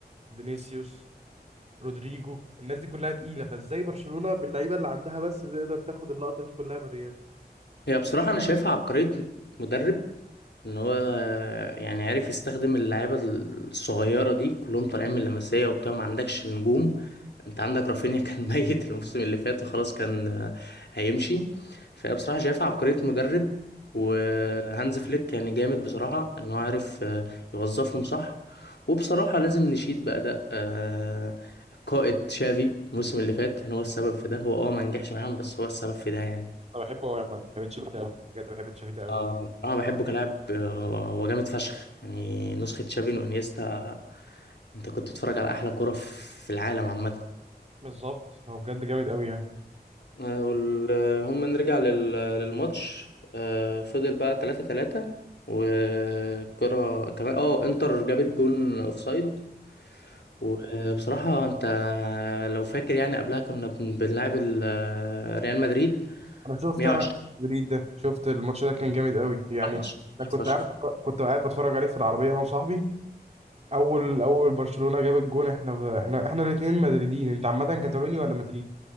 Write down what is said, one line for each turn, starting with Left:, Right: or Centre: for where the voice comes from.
Right: فينيسيوس رودريجو الناس دي كلها تقيله فازاي برشلونه باللعيبه اللي عندها بس تقدر تاخد اللقطه دي كلها من ريال
Left: هي بصراحة أنا شايفها عبقرية مدرب إن هو يعني عارف يستخدم اللعيبة الصغيرة دي كلهم طالعين من اللمسية وبتاع ما عندكش نجوم أنت عندك رافينيا كان <laughs> ميت الموسم اللي فات وخلاص كان هيمشي فهي بصراحة شايفها عبقرية مدرب وهانز فليك يعني جامد بصراحة إن هو عارف يوظفهم صح وبصراحة لازم نشيد بأداء آه، القائد شافي الموسم اللي فات يعني هو السبب في ده هو اه ما نجحش معاهم بس هو السبب في ده يعني
Right: انا بحبه قوي يا عم بحب تشافي ده قوي بجد بحب تشافي ده قوي
Left: اه بصراحة بحبه كلاعب آه، هو جامد فشخ يعني نسخة تشافي وانيستا انت كنت بتتفرج على احلى كرة في العالم عامة
Right: بالظبط هو بجد جامد قوي يعني
Left: آه، وال- آه، هم نرجع لل- للماتش آه، فضل بقى 3 3 والكرة كمان اه انتر جابت جون اوفسايد وبصراحة انت لو فاكر يعني قبلها كنا بن- بنلعب ال- آه، ريال مدريد
Right: انا شفت
Left: 120
Right: انا بريد ده شفت الماتش ده كان جامد قوي يعني
Left: ماتش
Right: انا
Left: جامد
Right: كنت
Left: فشخ
Right: قاعد كنت قاعد بتفرج عليه في العربيه انا وصاحبي اول اول برشلونه جاب الجون احنا احنا احنا الاثنين مدريدين انت عامه كاتالوني ولا مدريدي